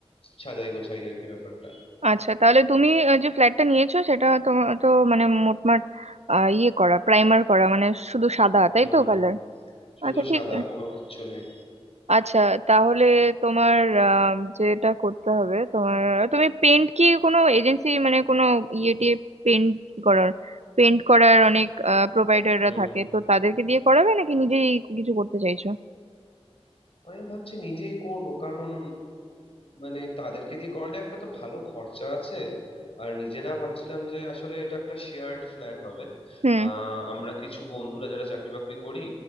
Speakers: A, on the left; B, on the right.
A: সাজাই গোছাই আর কি ব্যাপারটা
B: আচ্ছা তাহলে তুমি আহ, যে ফ্ল্যাটটা নিয়েছো সেটা তোমার তো মানে মোটমাট আহ, ইয়ে করা প্রাইমার করা মানে শুধু সাদা তাই
A: হুম
B: তো কালার
A: শুধু
B: আচ্ছা ঠিক
A: সাদা কোনো কিচ্ছু নেই
B: আচ্ছা তাহলে তোমার আহ, যেটা করতে হবে তোমার তুমি পেন্ট কি কোনো এজেন্সি মানে কোনো ইয়ে টিয়ে পেন্ট করার পেন্ট করার অনেক প্রোপাইটাররা
A: হুম
B: থাকে
A: হুম
B: তো তাদেরকে দিয়ে করাবে নাকি নিজেই কিছু করতে চাইছো
A: আমি ভাবছি নিজেই করব কারণ মানে তাদেরকে দিয়ে করলে একটা তো ভালো খরচা আছে আর নিজেরা ভাবছিলাম যে আসলে এটা একটা শেয়ার্ড ফ্ল্যাট হবে
B: হুম
A: আহ আমরা কিছু বন্ধুরা যারা চাকরি বাকরি করি